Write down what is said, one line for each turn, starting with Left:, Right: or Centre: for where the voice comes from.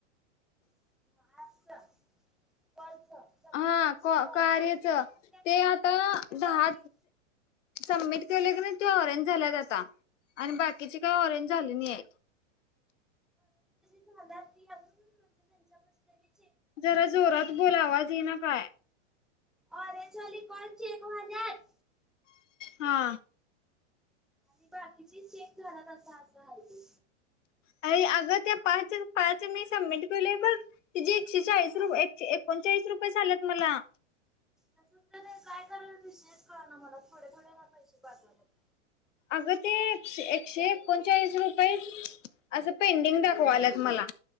Centre: <unintelligible> सबमिट
Left: हा
Centre: केसरी
Left: क
Centre: झाला
Left: कार्याच
Centre: सगळं त्या
Left: ते आता. दहा
Centre: बघ की
Left: सबमिट केलोय की नाही ते ऑरेंज झाल्यात आता आणि बाकीचे
Centre: माझं
Left: काही ऑरेंज
Centre: पण तसंच
Left: झाले
Centre: झालं
Left: नाही आहेत.
Centre: झाल्यात <unintelligible>
Left: जरा जोरात बोलावाज ये ना काय.
Centre: ऑरेंज वाले कॉल चेक व्हाल्यात.
Left: हा.
Centre: आणि बाकीची चेक झालात असा असं हाय ते.
Left: अर अग त्या पाच पाच मी सबमिट केलय बघ. ती एकशे चाळीस
Centre: हा
Left: र एके एकोणचाळीस रुपये झाल्यात. मला.
Centre: तसंच नाही काय करायला विषयच कळ ना मला थोडे थोडे ना पैसे पाठवा लेत.
Left: अगं ते एकशे एकोणचाळीस रुपये असं पेंडिंग दाखवा ल्यात मला.